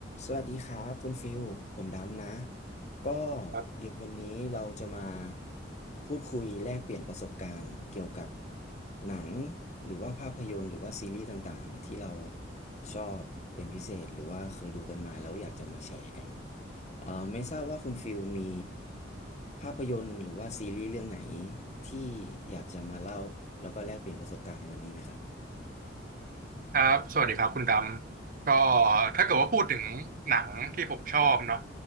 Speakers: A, on the left; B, on the right.
A: สวัสดีครับคุณฟิลผมดำนะก็
B: ครั
A: เดี๋ยววันนี้เราจะมาพูดคุยแลกเปลี่ยนประสบการณ์เกี่ยวกับหนังหรือว่าภาพยนตร์หรือว่าซีรีส์ต่างๆที่เราชอบเป็นพิเศษหรือว่าเคยดูกันมาแล้วอยากจะมาแชร์กันเอ่อไม่ทราบว่าคุณฟิลมีภาพยนตร์หรือว่าซีรีส์เรื่องไหนที่อยากจะมาเล่าแล้วก็แลกเปลี่ยนประสบการณ์ในวันนี้ไหมครับ
B: บ สวัสดีครับคุณดำก็ถ้าเกิดว่าพูดถึงหนังที่ผมชอบเนาะ